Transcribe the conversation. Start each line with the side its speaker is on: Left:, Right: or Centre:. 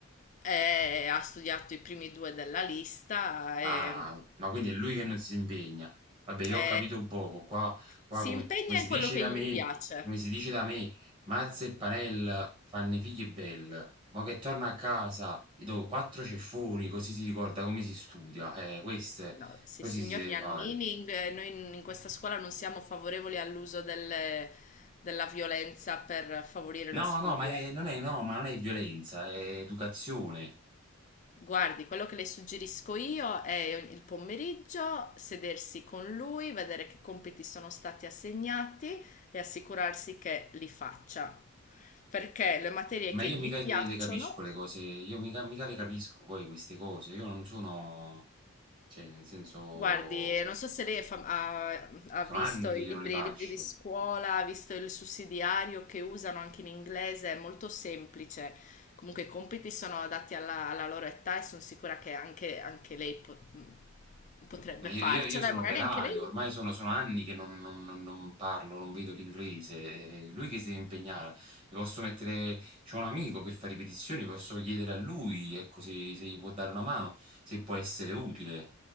Left: e ha studiato i primi due della lista
Right: Ah,
Left: e
Right: ma quindi è lui che non si impegna. Vabbè, io
Left: e
Right: ho capito poco. Qua, qua
Left: si
Right: come,
Left: impegna
Right: come si
Left: in
Right: dice
Left: quello che
Right: da
Left: gli
Right: me,
Left: piace.
Right: come si dice da me, Mazza e Panel fanno i figli belle. Ma che torna a casa, gli do quattro ceffoni, così si ricorda come si studia. Eh, queste,
Left: No, sì,
Right: così
Left: signor
Right: si deve
Left: Giannini,
Right: fare.
Left: eh, noi in in questa scuola non siamo favorevoli all'uso delle- della violenza per favorire
Right: No,
Left: lo studio.
Right: no, ma è- non è, no, ma non è violenza, è educazione.
Left: Guardi, quello che le suggerisco io è il pomeriggio sedersi con lui, vedere che compiti sono stati assegnati e assicurarsi che li faccia. Perché le materie
Right: Ma
Left: che
Right: io
Left: gli
Right: mica
Left: piacciono
Right: le, le capisco le cose, io mica, mica le capisco poi queste cose. Io non sono, cioè, nel senso.
Left: Guardi, non so se lei è fam- ha, ha
Right: Sono
Left: visto
Right: anni che
Left: i
Right: io
Left: libri,
Right: non le faccio.
Left: i libri di scuola, ha visto il sussidiario che usano anche in inglese, è molto semplice. Comunque i compiti sono adatti alla, alla loro età e sono sicura che anche, anche lei po- potrebbe
Right: Ma io,
Left: farcela,
Right: io- io sono
Left: e magari
Right: operaio,
Left: anche lei.
Right: ormai sono, sono anni che non, non- non- non parlo, non vedo l'inglese. È Lui che si deve impegnare. Le posso mettere, c'è un amico che fa ripetizioni, posso chiedere a lui, ecco, se, se gli può dare una mano, se può essere utile.